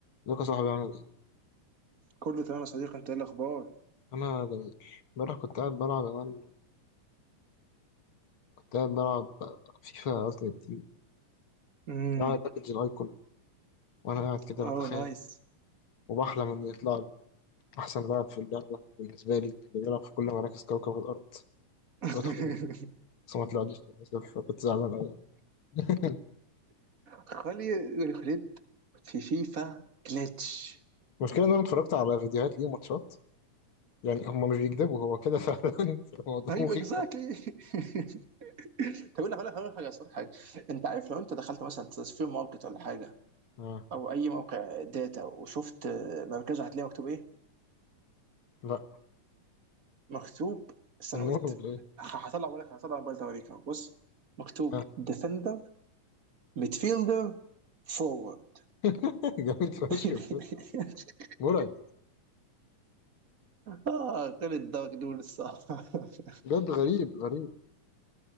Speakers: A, on the left; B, on the right.
A: ازيك يا صاحبي عامل ايه؟
B: كله تمام يا صديقي انت ايه الاخبار
A: أنا جميل، امبارح كنت قاعد بلعب أمان كنت قاعد بلعب فيفا ألتيمت تيم
B: امم
A: بلعب باكج الأيكون وأنا قاعد كده
B: اه
A: بتخيل
B: نايس
A: وبحلم إن يطلع لي أحسن لاعب في اللعبة بالنسبة لي اللي بيلعب في كل مراكز كوكب الأرض
B: <laughs>
A: الواد خالد بس ما طلعليش للأسف فكنت زعلان أوي <laughs>
B: خلي خليت في فيفا جلitch
A: المشكلة إن أنا اتفرجت على فيديوهات ليه وماتشات يعني هما مش بيكذبوا هو كده فعلا <laughs> الموضوع
B: ايوه
A: مخيف
B: اكزاكتلي
A: أوي
B: <laughs> طب اقول لك اقول لك اقول لك حاجه أصل حاجه انت عارف لو انت دخلت مثلا تصفير ماركت ولا حاجه
A: آه.
B: او اي موقع داتا وشفت آه، مركزه هتلاقي مكتوب ايه؟
A: لا
B: مكتوب سنويت
A: فنون ولا إيه؟
B: ه- هطلع اقول لك هطلع موبايل ده اوريك اهو. بص مكتوب
A: آه.
B: ديفندر ميدفيلدر فورورد
A: <laughs> جامد فشخ
B: <laughs>
A: بجد مرعب
B: اه خالد ده مجنون الصراحه <laughs>
A: بجد غريب غريب